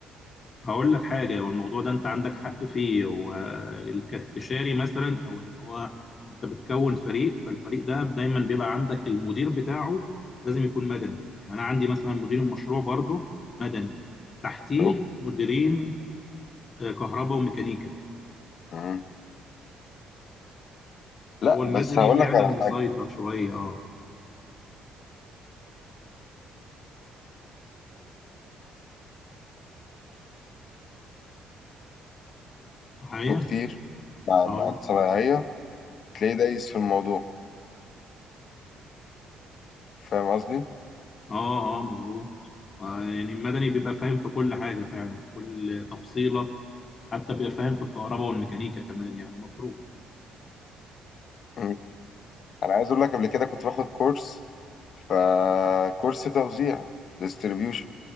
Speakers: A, on the left; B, on the left.
A: هقول لك حاجة والموضوع ده أنت عندك حق فيه والاستشاري مثلا أو إن هو أنت بتكون فريق فالفريق ده دايما بيبقى عندك المدير بتاعه لازم يكون مدني يعني أنا عندي مثلا مدير المشروع برضه مدني تحتيه
B: شوف
A: مديرين آه، كهرباء وميكانيكا
B: مم.
A: هو
B: لا
A: المدني
B: بس هقول
A: فعلا
B: لك على
A: مسيطر
B: حاجه
A: شوية أه معايا
B: له كتير مع
A: أه
B: مع الصنايعيه تلاقيه دايس في الموضوع فاهم قصدي
A: أه أه مظبوط آه، يعني المدني بيبقى فاهم في كل حاجة فعلا في كل تفصيلة حتى بيبقى فاهم في الكهرباء والميكانيكا كمان يعني المفروض
B: مم. انا عايز اقول لك قبل كده كنت باخد كورس فكورس توزيع ديستريبيوشن